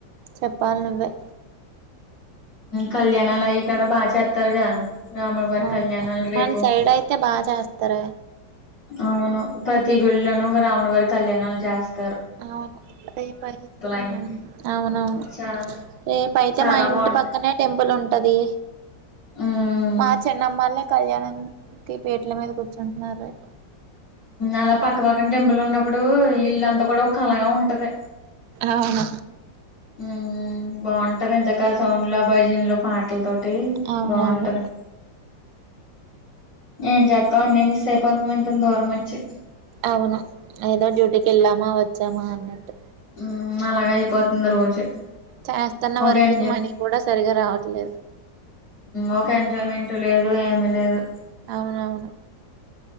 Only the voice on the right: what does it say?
చెప్పాలి నువ్వే
అవు
మన్ సైడ్ అయితే బా చేస్తార
అవును రేపుయివు
అవునవును
రేపు అయితే
మా ఇంటి
పక్కనే టెంపుల్ ఉంటు ఉంటది
మా చెన్నమ్మల్ని కళ్యాణం కి పేట్ల మీద కూర్చుంటున్నారు ర
అవును
అవునవును
అవునా ఏఐదో డ్యూటీకి వెళ్ళామా వచ్చామా అన్నట్టు
చేస్తున్న
వరకు
మనీ కూడా సరిగా రావట్లేదు
అవునవును